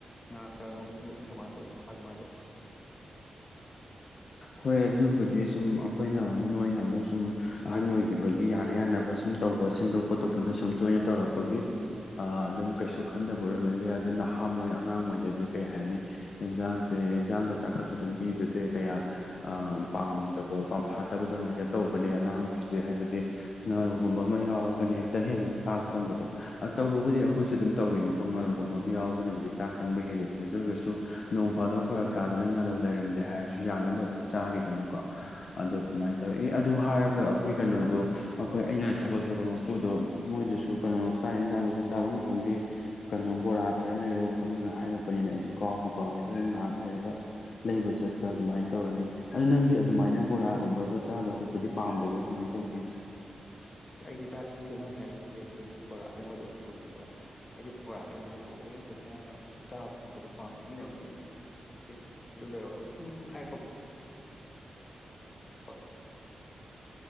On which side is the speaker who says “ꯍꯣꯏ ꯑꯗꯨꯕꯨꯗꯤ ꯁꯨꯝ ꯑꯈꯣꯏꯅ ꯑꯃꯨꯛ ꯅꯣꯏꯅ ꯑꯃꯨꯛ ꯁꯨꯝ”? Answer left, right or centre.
Left